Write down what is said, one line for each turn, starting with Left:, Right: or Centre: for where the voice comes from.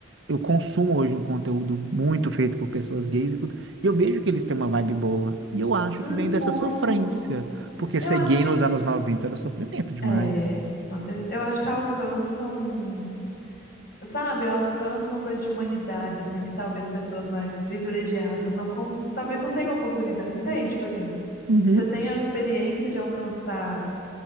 Right: eu consumo hoje um conteúdo muito feito por pessoas gays e tudo, e eu vejo que eles têm uma vibe boa, e eu acho
Left: Hum,
Right: que vem dessa
Left: muito.
Right: sofrência, porque
Left: Eu
Right: ser
Left: acho
Right: gay
Left: que.
Right: nos anos 90 era sofrimento demais.
Left: É. com cer- Eu acho que alcançam. sabe, alcança uma coisa de humanidade, assim, que talvez pessoas mais privilegiadas não, cons- talvez não tenham oportunidade, entende? Tipo assim,
Right: Uhum.
Left: você tem a experiência de alcançar